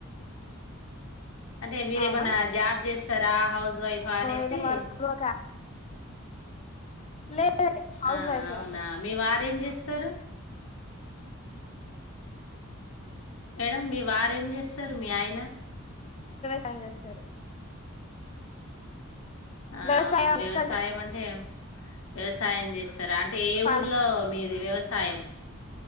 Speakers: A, on the left; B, on the left.
A: అంటే మీరేమన్నా
B: అవునా
A: జాబ్ చేస్తారా హౌస్ వైఫా అనేసి
B: ఏదైనా వర్క్ ప్రోకా లేదు హౌస్
A: ఆ
B: వైఫే
A: అవునా మీ వారు ఏంచేస్త సరు మేడం మీ వారు ఏం చేస్తారు మీ ఆయన
B: సాయం చేస్తారు
A: ఆ
B: వ్యవసాయం
A: అవును వ్యవసాయం
B: కల్చర్
A: అంటే ఏం వ్యవసాయం చేస్ ర అంటే ఏ
B: ఫార్మ్
A: ఊర్లో మీది వ్యవ సాయం